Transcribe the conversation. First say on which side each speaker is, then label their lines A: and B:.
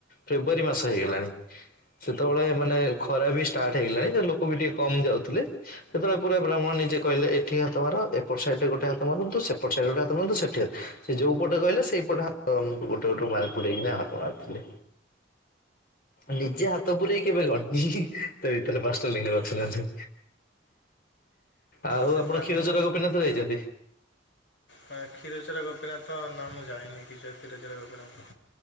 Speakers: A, on the left (about 50°); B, on the left (about 70°).
A: ଫେବୃଆରୀ ମାସ ହେଇଗଲାଣି ସେତେବେଳେ ମାନେ ଖରା ବି ଷ୍ଟାର୍ଟ ହେଇଗଲାଣି କିନ୍ତୁ? ଲୋକ ବି ଟିକେ କମ ଯାଉଥିଲେ ଯେତେବେଳେ ପୁରା ବ୍ରାହ୍ମଣ ନିଜେ କହିଲେ ଏଠି ହା ତ ମାର ଏପଟ ସାଇଟ ରେ ଗୋଟେ ହାତ ମାରନ୍ତୁ ସେପଟ ସାଇଟ ଗୋଟ ହାତ ମାରନ୍ତୁ ସେଠି ସେ ଯୋଉ ପଟେ କହିଲେ ସେଇପଟେ ହାତ ତକୁ ଗୋଟେ ଗୋଟେ ମାରି ପୁରେଇକିନା ହାତ ମାରିଥିଲି। ନିଜେ ହାତ ପୁରେଇ କେବେ ଗଣିନି ତ ଏଥରେ ପାଞ୍ଚଟା ଲିଙ୍ଗ ଅଛି ନା ନାଇଁ। ଆଉ
B: ସେ
A: ଆପଣ
B: ବ୍ରାହ୍ମଣ
A: କ୍ଷୀର ଚୋରା ଗୋପିନାଥ ଯାଇଚନ୍ତି।
B: ଅ କ୍ଷୀରଚରା ଗୋପୀନାଥ ନାଁ ମୁଁ ଯାଇନି କେବେ କ୍ଷୀର ଚରା ଗୋପୀନାଥ।